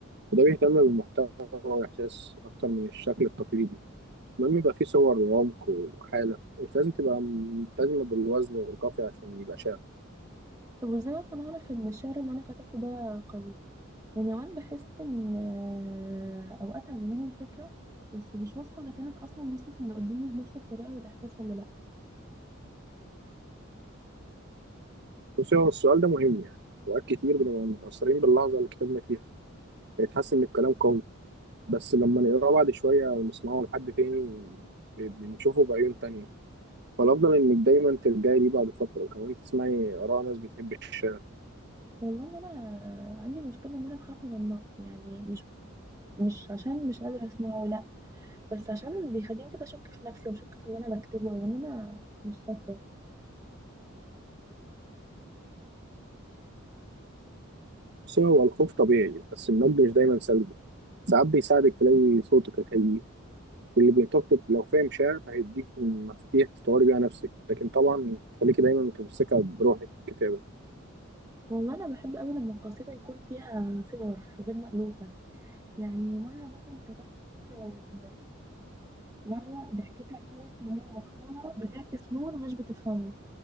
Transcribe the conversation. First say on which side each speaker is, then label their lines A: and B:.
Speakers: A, on the right; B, on the right.
A: وده بيهتم بالمحتوى والاحساس اكتر من الشكل التقليدي المهم يبقى فيه صور وعمق وحاله مش لازم تبقى ملتزمه بالوزن والقافيه عشان يبقى شعر
B: طب وازاي اصلا اعرف ان الشعر اللي انا كتبته ده قوي يعني اوقات بحس ان آه، اوقات عجباني الفكره بس مش واثقه اذا كانت اصلا وصلت اللي قدامي بنفس الطريقه والاحساس ولا لا
A: بصي هو السؤال ده مهم يعني وقت كتير بنبقى متاثرين باللحظه اللي كتبنا فيها بيتحس ان الكلام قوي بس لما نقراه بعد شويه او نسمعه لحد تاني بنشوفه بعيون تانية فالأفضل إنك دايما ترجعي ليه بعد فترة وكمان تسمعي آراء ناس بتحب الشعر
B: والله ان انا عندي مشكله ان انا بخاف من النقد يعني مش مش عشان مش قادره اسمعه لا بس عشان بيخليني كده اشك في نفسي واشك في اللي انا بكتبه وان انا مش شاطره
A: بس هو الخوف طبيعي بس النقد مش دايما سلبي ساعات بيساعدك تلاقي صوتك الحقيقي واللي بينتقدك لو فاهم شعر هيديك مفاتيح تطوري بيها نفسك لكن طبعا خليكي دايما متمسكة بروحك في الكتابة
B: والله انا بحب قوي لما القصيده يكون فيها صور غير مألوفه يعني مره مثلا كتبت آه، مره ضحكتها كانت مرايه مكسوره بتعكس نور مش بتفهمه